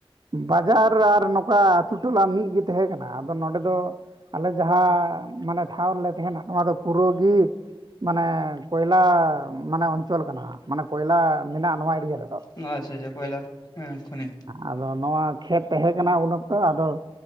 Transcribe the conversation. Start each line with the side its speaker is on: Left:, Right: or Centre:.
Right: ᱵᱟᱡᱟᱨ ᱟᱨ ᱱᱚᱝᱠᱟ ᱟᱛᱳ ᱴᱚᱞᱟ ᱢᱤᱫ ᱜᱮ ᱛᱟᱦᱮᱸ ᱠᱟᱱᱟ ᱟᱫᱚ ᱱᱚᱰᱮ ᱫᱚ᱾ ᱟᱞᱮ ᱡᱟᱦᱟᱸ ᱢᱟᱱᱮ ᱴᱷᱟᱶ ᱨᱮᱞᱮ ᱛᱟᱦᱮᱱᱟ ᱱᱚᱣᱟ ᱫᱚ ᱯᱩᱨᱟᱹᱜ ᱜᱤ- ᱢᱟᱱᱮ ᱠᱚᱭᱞᱟ ᱢᱟᱱᱮ ᱚᱧᱪᱚᱞ ᱠᱟᱱᱟ ᱢᱟᱱᱮ ᱠᱚᱭᱞᱟ ᱢᱮᱱᱟᱜᱼᱟ ᱱᱚᱣᱟ ᱮᱨᱤᱭᱟ ᱨᱮᱫᱚ᱾
Left: ᱱᱟᱦᱟᱜ ᱟᱪᱷᱟ-ᱟᱪᱷᱟ ᱠᱚᱭᱞᱟᱠ ᱦᱮᱸ ᱠᱷᱚᱱᱤ᱾
Right: ᱟᱫᱚ ᱱᱚᱣᱟ ᱠᱷᱮᱛ ᱛᱟᱦᱮᱸ ᱠᱟᱱᱟ ᱩᱱ ᱚᱠᱛᱚ ᱟᱫᱚ-